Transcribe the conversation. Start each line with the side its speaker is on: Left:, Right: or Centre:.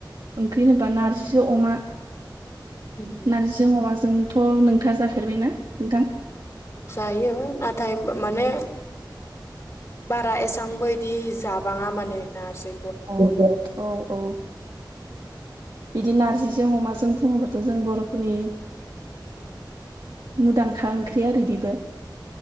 Right: ओंख्रि होनोबा नारजिजो अमा।
Left: उम
Right: नारजिजों अमाजोंथ' नोंथाङा जाफेरबायना नोंथां?
Left: जायो नाथाय माने बारा एसांबो इदि जाबाङा माने नारजि
Right: औ औ औ औ बिदि नारजिजों अमाजों बुङोबाथ' जों बर'फोरनि
Left: <unintelligible>
Right: मुदांखा ओंख्रि आरो बिबो।